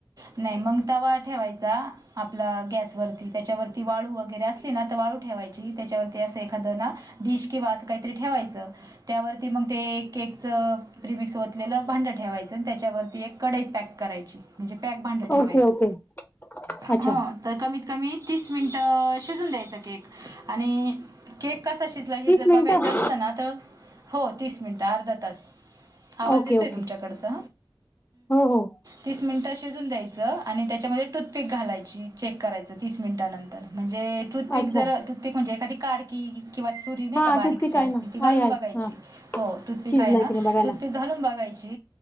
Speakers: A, on the right (about 45°); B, on the left (about 25°).
A: नाही मग तवा ठेवायचा आपला गॅसवररती त्याच्यावरती वाळू वगैरे असले ना तर वाळू. ठेवायची त्याच्यावरती अस एखाद ना डिश किंवा असं काहीतरी ठेवायचं त्यावरती मग ते केकच. प्रिमिक्सओतलेलं भांडं ठेवायचं आणि त्याच्यावरती एक कढाई पॅक करायची म्हणजे, पॅक भांड ठेवायचं.
B: ओके, ओके. अच्छा.
A: ह तर कमीत कमी तीस मिनिट शिजून द्यायचा केक. केक कसा शिजला हे जर
B: मिनिटं?
A: बघायचं असलं ना तर हो तीस मिनिटं, अर्धा तास. आवाज
B: ओके,
A: येतोय
B: ओके.
A: तुमच्याकडचा,
B: हो, हो.
A: तीस मिनिट शिजवुन द्यायच आणि त्याच्यामध्ये टूथपेक घालायची चेक करायच तीस मिनिट नंतर. म्हणजे टूथपिक
B: अच्छा.
A: जर टूथपिक म्हणजे एखादी काडकी किंवा सुरी नाही
B: हां.
A: का, बारीकशी
B: टूथपिक आहे
A: असती
B: ना.
A: ती घालून
B: आहे, आहे.
A: बघायची
B: हां.
A: हो टूथपिक
B: शिजलाय
A: आहे ना
B: की नाही बघायला.
A: टूथपिक घालून बघायची.